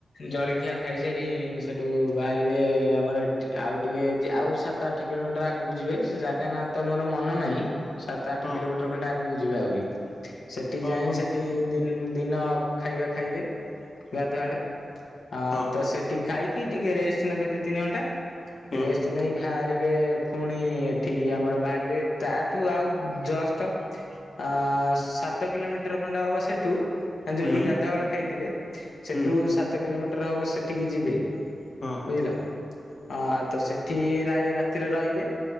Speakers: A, on the left; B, on the left.
A: ଜଳଖିଆ ଖାଇସାରି ସେଠୁ ବାହାରିବେ ଆମର ଆଉ ଟିକେ ଆଉ ସାତ ଆଠ କିଲୋମିଟର ଆଗକୁ ଯିବେ ସେ ଜାଗା ନା ତ ମୋର ମନ ନାହିଁ। ସାତ ଆଠ
B: ହଁ
A: କିଲୋମିଟର ଖଣ୍ଡେ ଆଗକୁ ଯିବେ ଆହୁରି ସେଠି ଯାଇ
B: ଓହୋ
A: ସେ ଦି ଦିନ ଖାଇବା ଖାଇବେ ଗାଧୁଆଳ ଆ
B: ହଁ
A: ତ ସେଠି ଖାଇକି ଟିକେ ରେଷ୍ଟ ନେବେ ଦି ତିନି ଘଣ୍ଟା
B: ହଁ
A: ରେଷ୍ଟ ନେଇ ବାହାରିବେ ପୁଣି ଏଠିକି ଆମର ବାହାରିବେ ତା ତୁ ଆଉ ଜଷ୍ଟ ଆ ସାତ କିଲୋମିଟର ଖଣ୍ଡ ହବ ସେଠୁ ଯୋଉଠି
B: ହୁଁ
A: ଗାଧୁଆବେଳ ଖାଇଥିବେ ସେଠୁ
B: ହୁଁ ହୁଁ
A: ସାତ କିଲୋମିଟର ହବ ସେଠିକି ଯିବେ
B: ହଁ
A: ବୁଝିଲ ଆ ତ ସେଠି ରାଇ ରାତିରେ ରହିବେ